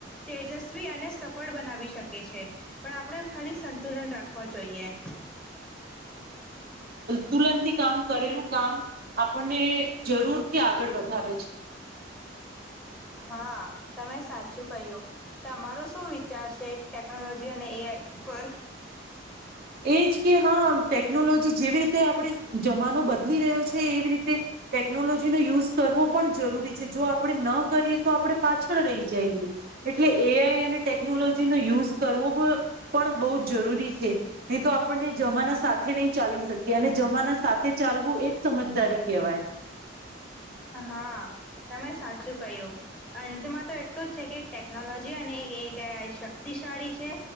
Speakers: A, in the centre; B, on the right.
A: તેજસ્વી અને સફળ બનાવી શકે છે. પણ આપણે ખાલી સંતુલન રાખવા જોઈએ.
B: તુલંત થી કામ કરેલું કામ આપણને જરૂરથી આગળ વધાવે છે.
A: હા તમે સાચું કહ્યું, તમારો શું વિચાર છે ટેકનોલોજી અને એ આઈ ઉપર?
B: એજ કે હા ટેકનોલોજી જેવી રીતે આપણે જમાનો બદલી રહ્યો છે એવી રીતે ટેકનોલોજીનો યુઝ કરવો પણ જરૂરી છે, જો આપણે ન કરીએ તો આપણે પાછળ રહી જઈએ એટલે એ આઈ અને ટેકનોલોજીનો યુઝ કરવોપ પણ બહુ જરૂરી છે. નહી તો આપણને જમાના સાથે નહી ચાલી શકીએ અને જમાના સાથે ચાલવું એ જ સમજદારી કહેવાય.
A: હા. તમે સાચું કહ્યું, અંતમાં તો એટલું જ છે કે ટેકનોલોજી અને એ આઈ <unintelligible> શક્તિશાળી છે